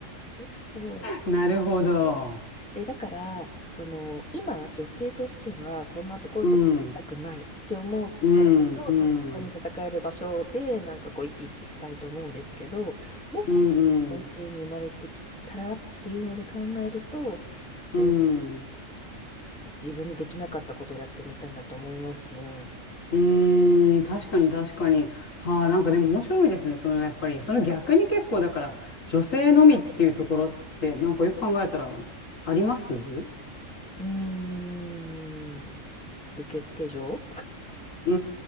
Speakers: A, in the centre; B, on the left (about 80°).
A: そう
B: なるほど。
A: で、だから、その、今、女性としては、そんなところと戦いたくないって思うからこそ、
B: うん。うんう
A: た、他に戦える場所で、
B: ん。
A: なんかこう、生き生きしたいと思うんですけど、もし、
B: うんうん。
A: 男性に生まれてきたらっていうので考えると、
B: うん
A: うん、自分にできなかったことやってみたいなと思いますね。
B: うーん、確かに確かに。はあ、なんかでも面白いですね。そのやっぱり、その逆に結構だから、女性のみっていうところって、なんかよく考えたら、ありますう
A: うーん、受付嬢
B: ー